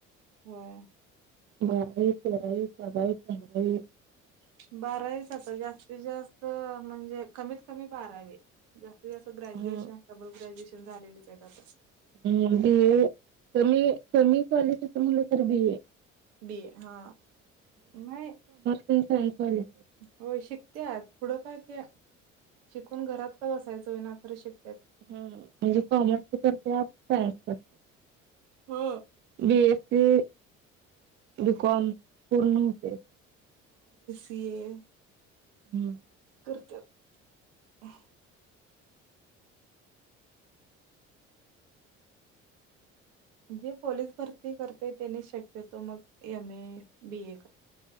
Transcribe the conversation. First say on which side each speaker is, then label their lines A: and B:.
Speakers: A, on the right; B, on the right.
A: होय
B: मळे तरल कडळ तरल <unintelligible>
A: बारावीचं असल जास्तीत जास्त म्हणजे कमीत कमी बारावीत जास्तीतजास्त ग्रॅज्युएशन
B: हा
A: डबल ग्रॅज्युएशन झालेलेचं आहेत आता
B: आणि मुलगी ए कमी कमी कॉलेटीच मुलं म्हंटल तर बीए
A: बीए हा नाही
B: तर सॉरी सॉरी
A: होय शिकतेय पुढं काय ते शिकून घरात का बसायचं होय ना खरं शिक
B: हम्म म्हणजे कॉमर्स करत्या का सायन्स करत्या
A: हो
B: बीएस्सी, बिकॉम पूर्ण होते
A: सीए <unintelligible>
B: हम्म
A: करत्यात जे पोलीस भरती करते त्यांनी शक्यतो मग एमए, बीए